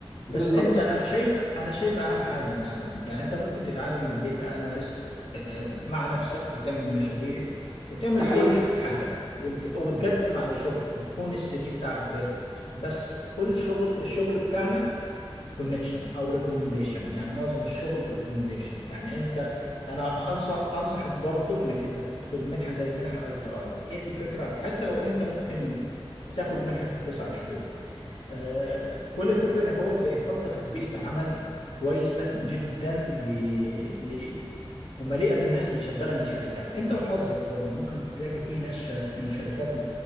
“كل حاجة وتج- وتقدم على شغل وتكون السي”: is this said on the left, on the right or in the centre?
Left